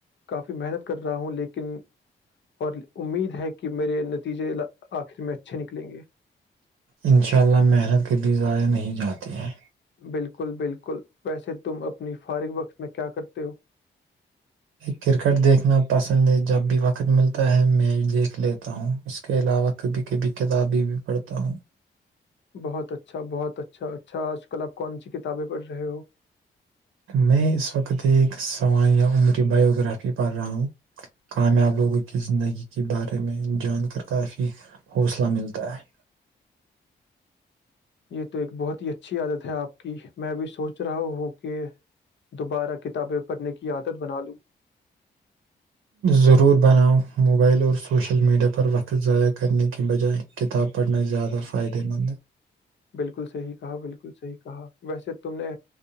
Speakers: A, on the left (about 65°); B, on the right (about 85°).
A: کافی محنت کر رہا ہوں لیکن اور امید ہے کہ میرے نتیجے آخر میں اچھے نکلیں گے
B: انشاءلہ محنت کے بھی ضائع نہیں جاتی ہیں
A: بالکل بالکل ویسے تم اپنی فارغ وقت میں کیا کرتے ہو
B: کرکٹ دیکھنا پسند ہے جب بھی وقت ملتا ہے میں دیکھ لیتا ہوں اس کے علاوہ کبھی کبھی کتابیں بھی پڑھتا ہوں
A: بہت اچھا بہت اچھا اچھا آج کل آپ کون سی کتابیں پڑھ رہے ہو
B: میں اس وقت ایک سوانحیا عمری بائیوگرافی پڑھ رہا ہوں کامیاب لوگوں کی زندگی کے بارے میں جان کر کافی حوصلہ ملتا ہے
A: یہ تو ایک بہت ہی اچھی عادت ہے آپ کی میں بھی سوچ رہا ہوں کہ دوبارہ کتابیں پڑھنے کی عادت بنا لوں
B: ضرور بناؤ موبائل اور سوشل میڈیا پر وقت ضائع کرنے کی بجائے کتاب پڑھنا زیادہ فائدہ مند
A: بالکل صحیح کہا بالکل صحیح کہا ویسے تم نے